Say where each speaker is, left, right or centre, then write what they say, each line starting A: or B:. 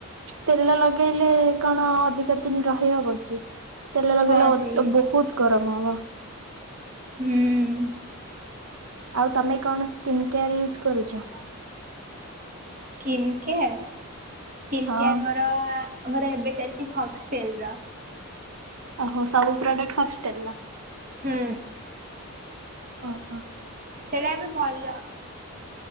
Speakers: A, on the right; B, on the right.
A: ତେଲ ଲଗେଇଲେ କଣ ଅଧିକ ଦିନ ରହି ହବ କି? ତେଲ ଲଗିଲଲେ
B: ହଁ ସେଇ
A: ବହୁତ ଗରମ ହ <unintelligible>
B: ହୁଁ
A: ଆଉ ତମେ କଣ ସ୍କିନ୍ କେୟାର ୟୁଜ୍ କରୁଛ?
B: ସ୍କିନ୍ କେୟାର ସ୍କିନ୍
A: ହଁ
B: କେୟାର ମୋର ମୋର ଏବେ ଚାଲିଛି ଫକ୍ସ ସେଲରା
A: ଓହୋ ସବୁ ପ୍ରଡକ୍ଟ ଫକ୍ସ ଟେଲ୍ ର
B: ହୁଁ
A: ଓ ହ
B: ସେଟା ଆମେ ଭଲ